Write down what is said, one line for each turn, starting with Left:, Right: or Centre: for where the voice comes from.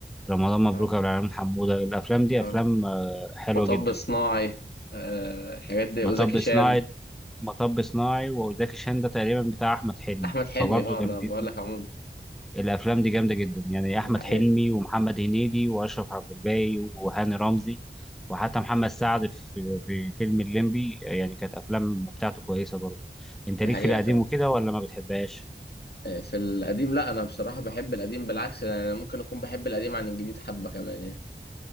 Centre: رمضان مبروك
Left: اه
Centre: يا عبد العالمين حمودة الأفلام دي أفلام
Left: اه
Centre: آه، حلوة
Left: مطب
Centre: جدا
Left: صناعي آه الحاجات دي
Centre: مطب
Left: وزكي شان
Centre: صناعي مطب صناعي وزكي شان ده تقريبا بتاع أحمد حلمي
Left: أحمد حلمي
Centre: فبرضه
Left: اه أنا
Centre: جامدين
Left: بقول لك عموما
Centre: الأفلام دي جامدة جدا يعني
Left: ده
Centre: أحمد
Left: حقيقة
Centre: حلمي ومحمد هنيدي وأشرف عبد الباقي وهاني رمزي وحتى محمد سعد في في فيلم الليمبي يعني كانت أفلام بتاعته كويسة برضه أنت
Left: ده
Centre: ليك
Left: حقيقة
Centre: في القديم
Left: فعلا
Centre: وكده ولا ما بتحبهاش؟
Left: آه، في القديم لا انا بصراحه بحب القديم بالعكس يعني انا ممكن اكون بحب القديم عن الجديد حبه كمان يعني